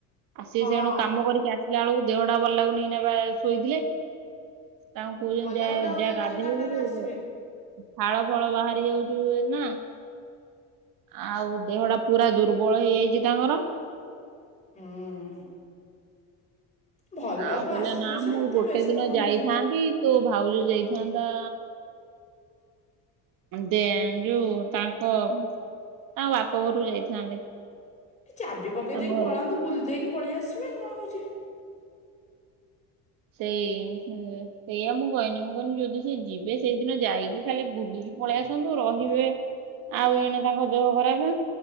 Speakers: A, on the right (about 70°); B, on the left (about 20°).
A: ଆସି
B: ହଁ।
A: ସେଣୁ କାମ କରିକି ଆସିଲା ଆଳକୁ ଦେହ ଟା ଭଲ ଲାଗୁନି ଏଇନେ ବା ଶୋଇଥିଲେ। ତାଙ୍କୁ କହୁଛନ୍ତି
B: ଭଲ
A: ଯା
B: ଲାଗୁନି ଆଉ
A: ଯା
B: ଇଏ କାହିଁ
A: ଗାଧେଇବୁ
B: ଖାଲିଟାରେ ଆସିବେ।
A: ଝାଳ ଫାଳ ବାହାରି ଯାଉଛି ୟୁ ନା। ଆଉ ଦେହଟା ପୁରା ଦୁର୍ବଳ ହେଇଯାଇଚି ତାଙ୍କର।
B: ହୁଁ। ଭଲକୁ
A: ଆଉ କହିଲା
B: ଆସିବେ
A: ନା
B: ସେ
A: ମୁଁ
B: ଏତେ
A: ଗୋଟେ
B: ବ୍ୟସ୍ତ
A: ଦିନ
B: କଣ
A: ଯାଇଥାନ୍ତି
B: ପାଇଁ?
A: ତୋ ଭାଉଜ ଯାଇଥାନ୍ତା ଦେ ଯୋଉ ତାଙ୍କ ତାଙ୍କ ବାପ ଘରୁକୁ ଯାଇଥାନ୍ତେ।
B: ଏ ଚାବି ପକେଇ
A: ତାଙ୍କ
B: ଦେଇକି
A: ଘରକୁ।
B: ପଳାନ୍ତୁ ବୁଲି ଦେଇକି ପଳେଇ ଆସିବେ କଣ ହଉଚି?
A: ସେଇ ଉ ସେଇଆ ମୁଁ କହନି ମୁଁ କହିନି ଯଦି ସେ ଯିବେ ସେଇଦିନ ଯାଇକି ଖାଲି ବୁଲିକି ପଳେଇ ଆସନ୍ତୁ ରହିବେ ଆଉ ଏଣେ ତାଙ୍କ ଦେହ ଖରାପେ।